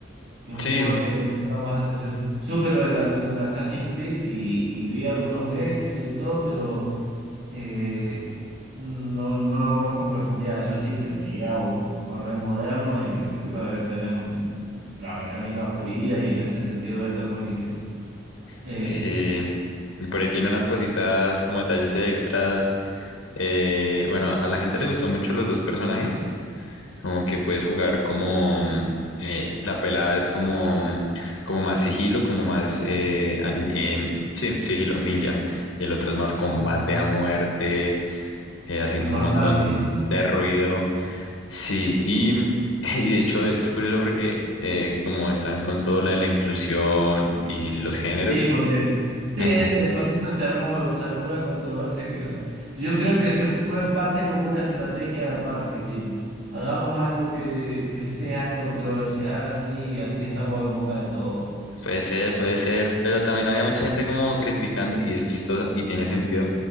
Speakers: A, on the right (about 65°); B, on the left (about 85°).
A: que es un
B: Sí,
A: juego al que le he prestado más atención. Supe lo de la- el Assassin's Creed y, y vi algunos gameplay y todo, pero eh, no, no lo conozco en profundidad. Eso sí, se veía un, un re moderno y seguro debe tener las mecánicas pulidas y en ese sentido debe estar buenísimo. Eh,
B: Sí, y por ahí tiene unas cositas como detalles extras. eh, bueno, a la gente le gustan mucho los dos personajes, como que puedes jugar como mm, eh, la pelada es como, mm, como más sigilo, como más, eh, an- em, sí, sigilo, ninja, y el otro es más combate
A: ajá.
B: a muerte, eh, haciendo
A: Es más
B: un montón
A: tanque.
B: de ruido. Sí, y, <laughs> y de hecho es curioso porque eh, como están con todo lo de la inclusión y los géneros.
A: Sí, porque sí,
B: <laughs>
A: es, eh, por eso se armó, se armó una controversia que eh, yo creo que se fue parte como una estrategia de marketing. Hagamos algo que, que sea controversial así y así estamos en boca de todo.
B: Puede ser, puede ser, pero también había mucha gente como criticando, y es chistoso y tiene sentido,